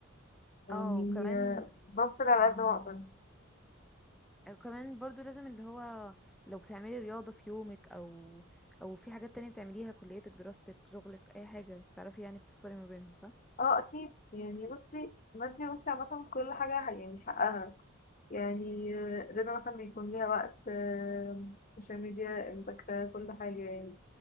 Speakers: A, on the left; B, in the centre.
A: يعني
B: اه وكمان
A: آه، بفصل على قد ما اقدر
B: وكمان برضو لازم اللي هو لو بتعملي رياضة في يومك او او في حاجات تانية بتعمليها كليتك دراستك شغلك اي حاجة بتعرفي يعني بتفصلي ما بينهم صح
A: اه اكيد يعني بصي بدي بصي عامة كل حاجة يعني حقها يعني آه، رضا مثلا بيكون ليها وقت آه، السوشيال ميديا المذاكرة كل حاجة يعني